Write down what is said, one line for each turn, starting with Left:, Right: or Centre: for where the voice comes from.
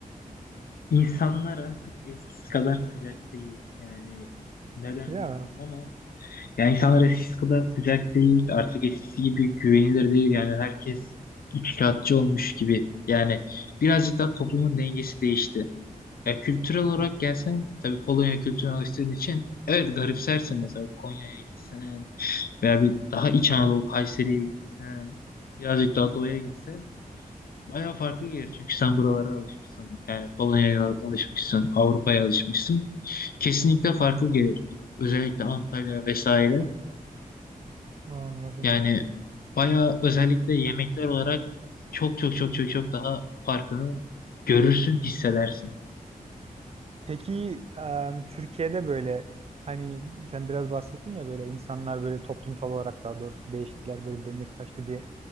Left: İnsanlar artık eskisi kadar sıcak değil. Yani neden
Right: Ya.
Left: bilmiyorum ama Yani insanlar eskisi kadar sıcak değil, artık eskisi gibi güvenilir değil. Yani herkes içtihatçı olmuş gibi. Yani birazcık daha toplumun dengesi değişti. Ya kültürel olarak
Right: Hmm,
Left: gelsen, tabii Polonya kültürüne alıştığın için evet garipsersin mesela Konya'ya gitsen veya bir daha İç Anadolu Kayseri'ye gitsen, birazcık daha doğuya gitsen bayağı farklı gelir. Çünkü sen buralara alışmışsın. Yani Polonya'ya alışmışsın, Avrupa'ya alışmışsın. Kesinlikle farklı gelir. Özellikle Antalya vesaire.
Right: anladım.
Left: Yani bayağı özellikle yemekler olarak çok çok çok çok çok daha farkını görürsün, hissedersin.
Right: Peki em, Türkiye'de böyle hani sen biraz bahsettin ya böyle insanlar böyle toplumsal olarak daha doğrusu değiştiler böyle dengesi kaçtı diye.